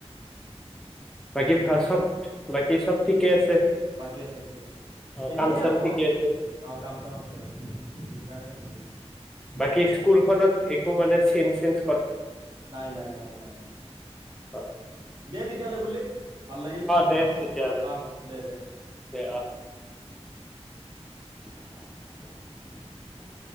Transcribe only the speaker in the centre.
বাকী ভ চব বাকী চব ঠিকে আছে
কাম চাম
ঠিক আছে
বাকী
স্কুলখনত একো মানে চেঞ্জ চেন্স
অ হয়
দে তেতিয়াহ'লে
দে আহ <unintelligible>